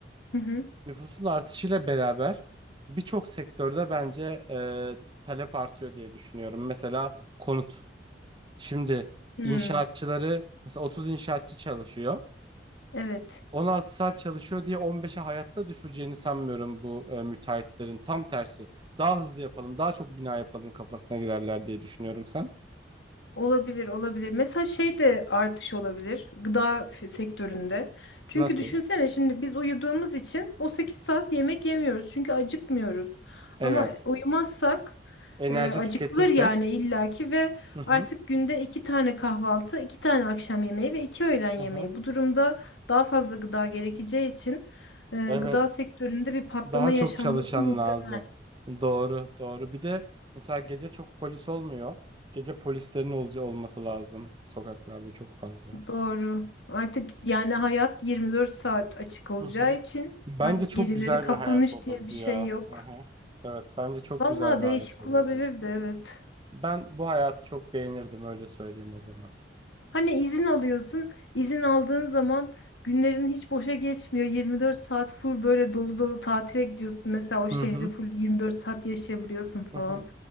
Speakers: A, on the left; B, on the right.
A: Hı hı.
B: Nüfusun artışıyla beraber birçok sektörde bence e, talep artıyor diye düşünüyorum. Mesela konut. Şimdi
A: Hmm,
B: inşaatçıları mesela 30 inşaatçı çalışıyor.
A: evet.
B: 16 saat çalışıyor diye 15'e hayatta düşüreceğini sanmıyorum bu e, müteahhitlerin. Tam tersi. Daha hızlı yapalım, daha çok bina yapalım kafasına girerler diye düşünüyorum sen.
A: Olabilir, olabilir. Mesela şey de artış olabilir gıda f- sektöründe. Çünkü
B: Nasıl?
A: düşünsene şimdi biz uyuduğumuz için o 8 saat yemek yemiyoruz. Çünkü acıkmıyoruz.
B: Evet.
A: Ama uyumazsak
B: Enerji
A: e, acıkılır
B: tüketirsek.
A: yani illaki ve
B: Hı hı.
A: artık günde 2 tane kahvaltı, 2 tane akşam yemeği ve 2 öğlen yemeği.
B: Hı hı.
A: Bu durumda daha fazla gıda gerekeceği için e,
B: Evet.
A: gıda sektöründe bir patlama
B: Daha
A: yaşanması
B: çok çalışan
A: muhtemel.
B: lazım. Doğru, doğru. Bir de mesela gece çok polis olmuyor. Gece polislerin olca olması lazım sokaklarda çok fazla.
A: Doğru. Artık yani hayat 24 saat açık olacağı
B: Hı hı.
A: için
B: Bence
A: artık
B: çok
A: geceleri
B: güzel
A: kapanış
B: bir hayat olurdu
A: diye bir şey
B: ya.
A: yok.
B: Hı hı. Evet, bence çok
A: Vallahi
B: güzel bir
A: değişik
B: hayat olurdu.
A: olabilirdi evet.
B: Ben bu hayatı çok beğenirdim öyle söyleyeyim o zaman.
A: Hani izin alıyorsun, izin aldığın zaman günlerin hiç boşa geçmiyor. 24 saat full böyle dolu dolu tatile gidiyorsun. Mesela o şehri
B: Hı hı.
A: full 24 saat yaşayabiliyorsun falan.
B: Hı hı.